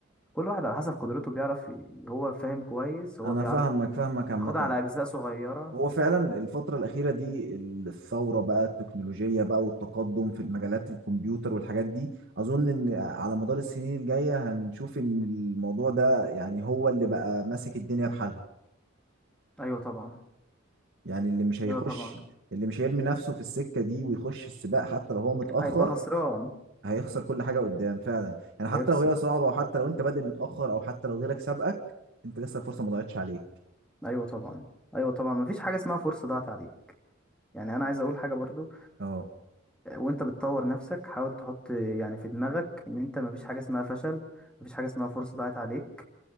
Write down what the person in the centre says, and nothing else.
كل واحد على حسب قدرته بيعرف ي- هو فاهم كويس هو
بيعرف
ياخدها على أجزاء صغيرة
أيوة طبعا
أيوة طبعا
هيبقى خسران
هيخسر
أيوة طبعا أيوة طبعا مفيش حاجة اسمها فرصة ضاعت عليك يعني أنا عايز أقول حاجة برضو
وانت بتطور نفسك حاول تحط يعني في دماغك ان انت مفيش حاجة اسمها فشل مفيش حاجة اسمها فرصة ضاعت عليك